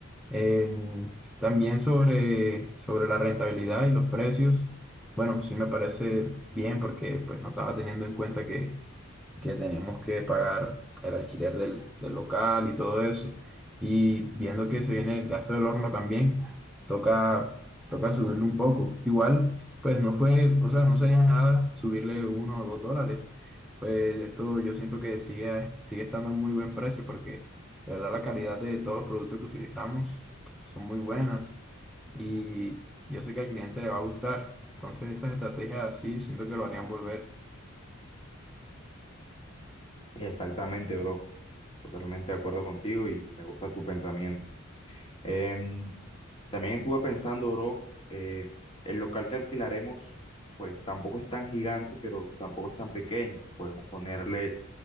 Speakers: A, in the centre; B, on the left.
A: Em, también sobre, sobre la rentabilidad y los precios, bueno, sí me parece bien porque pues no estaba teniendo en cuenta que tenemos que pagar el alquiler del, del local y todo eso. Y viendo que se viene el gasto del horno también, toca, toca subirle un poco. Igual, pues no fue, o sea, no sería nada subirle uno o dos dólares. Pues esto yo siento que sigue, sigue estando a muy buen precio porque de verdad la calidad de todos los productos que utilizamos son muy buenas y yo sé que al cliente le va a gustar. Entonces esas estrategias así siento que lo harían volver
B: Exactamente, bro. Totalmente de acuerdo contigo y me gusta tu pensamiento. Em, también estuve pensando, bro, eh, el local que alquilaremos, pues tampoco es tan gigante, pero tampoco es tan pequeño. Podemos ponerle